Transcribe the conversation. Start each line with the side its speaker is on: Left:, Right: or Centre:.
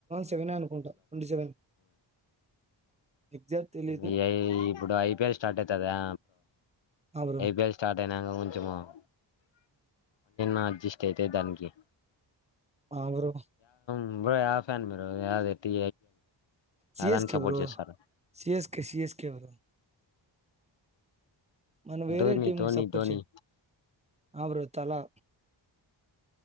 Right: సెవెన్ అనుకుంటా ట్వంటీ సెవెన్ ఎగ్జాక్ట్ తెలీదు
Left: ఈ ఇప్పుడు ఐపీఎల్ స్టార్ట్ అవుతుందా
Right: ఆ బ్రో
Left: ఎబిఎల్ స్టార్ట్ అయినాక కొంచమున్న <unintelligible> అడ్జిస్ట్ అయితే దానికి
Right: ఆ బ్రో
Left: నువ్వే యా ఫ్యాన్ మీరు నాది టి నాదాన్ని
Right: సిఎస్కే
Left: సపోర్ట్
Right: బ్రో
Left: చేస్తారు
Right: సిఎస్కే సిఎస్కే బ్రో మనం వేరే
Left: ధోని
Right: టీమ్
Left: ధోని
Right: సపోర్ట్
Left: ధోని
Right: చేయి ఆ బ్రో తలా